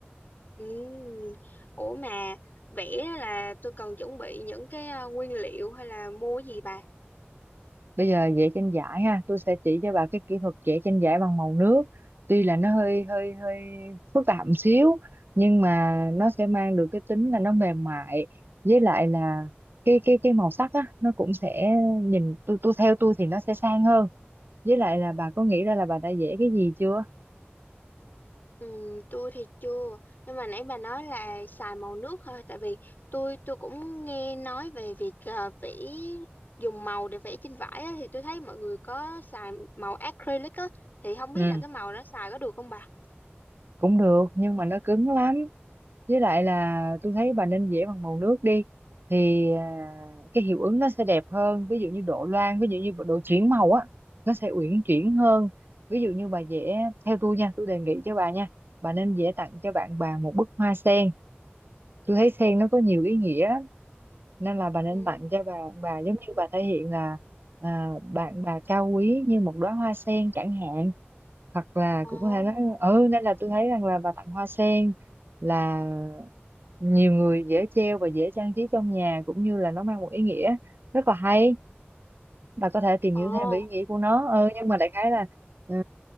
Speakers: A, on the left; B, on the right.
A: Ừm, ủa mà vẽ đó là tôi cần chuẩn bị những cái ờ, nguyên liệu hay là mua cái gì bà?
B: Bây giờ vẽ tranh giải ha, tôi sẽ chỉ cho bà cái kỹ thuật vẽ tranh giải bằng màu nước. Tuy là nó hơi hơi hơi phức tạp một xíu nhưng mà nó sẽ mang được cái tính là nó mềm mại với lại là cái cái cái màu sắc á nó cũng sẽ nhìn tôi tôi theo tôi thì nó sẽ sang hơn. Với lại là bà có nghĩ ra là bà đã vẽ cái gì chưa?
A: Ừ, tôi thì chưa nhưng mà nãy bà nói là xài màu nước thôi tại vì tôi tôi cũng nghe nói về việc ờ, vẽ dùng màu để vẽ trên vải á, thì tôi thấy mọi người có xài màu acrylic á thì không biết
B: Ừ.
A: là cái màu đó xài có được không bà?
B: cũng được nhưng mà nó cứng lắm với lại là tôi thấy bà nên vẽ bằng màu nước đi thì à, cái hiệu ứng nó sẽ đẹp hơn ví dụ như độ loang ví dụ như độ chuyển màu á nó sẽ uyển chuyển hơn ví dụ như bà vẽ theo tôi nha tôi đề nghị cho bà nha bà nên vẽ tặng cho bạn bà một bức hoa sen tôi thấy sen nó có nhiều ý nghĩa nên là bà nên
A: Ừ.
B: tặng cho bà bà giống như bà thể hiện là à, bạn bà cao quý như một đóa hoa sen chẳng hạn hoặc là
A: Ồ.
B: cũng có thể nói ừ nên là tôi thấy rằng là bà tặng hoa sen là nhiều người dễ treo và dễ trang trí trong nhà cũng như là nó mang một ý nghĩa rất là hay bà có thể tìm
A: Ồ.
B: hiểu thêm về ý nghĩa của nó ừ, nhưng mà đại khái là ờ,